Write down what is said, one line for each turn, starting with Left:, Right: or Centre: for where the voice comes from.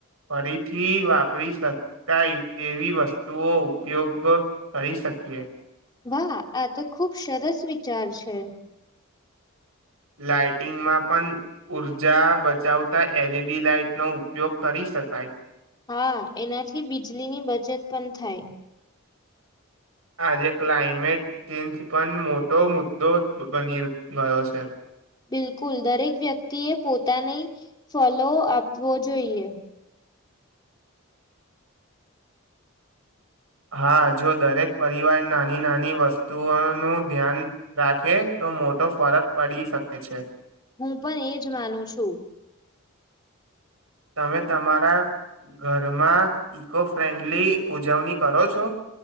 Right: ફરીથી વાપરી શકાય તેવી વસ્તુઓ ઉપયોગ કરી શકીએ
Left: વાહ આ તો ખુબ સરસ વિચાર છે
Right: લાાઈટિંગમાં પણ ઉઊર્જા બચાવતા એલઈડી લાાઈટનોો ઉપયોગ કરી શકાય
Left: હા એનાથી બીજળ ની બચત પણ થાય
Right: આજે ક્લાઇમેટ ચેન્જ પણ મોટો મુદ્દો બની ગયો છે
Left: બિલકુલ દરેક વ્યક્તિએ પોતાની ફોલો આપવો જોઈએ
Right: હા જો દરેક પરિવાર નાની નાની વસ્તુઓનું ધ્યાન રાખે તો મોટો ફરક પડી શકે છે
Left: હું પણ એજ માનું છું
Right: તમે તમારા ઘરમાં ઈકો ફ્રેન્ડલી ઉજવણી કરો છો